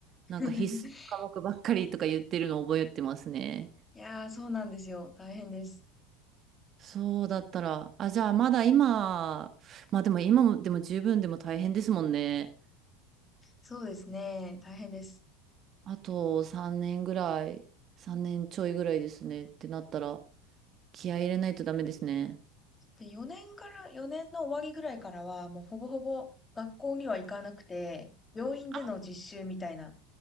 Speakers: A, on the right; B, on the left.
A: なんか必須科目ばっかりとか言ってるのを覚えてますね。
B: <laughs> いやー、そうなんですよ。大変です。
A: そうだったら、あ、じゃあまだ今、まあでも今もでも十分でも大変ですもんね。
B: そうですね。大変です。
A: あと3年ぐらい、3年ちょいぐらいですねってなったら、気合い入れないとダメですね。
B: で、4年から、4年の終わりぐらいからは、もうほぼほぼ学校には行かなくて、病院での実習みたいな
A: あ、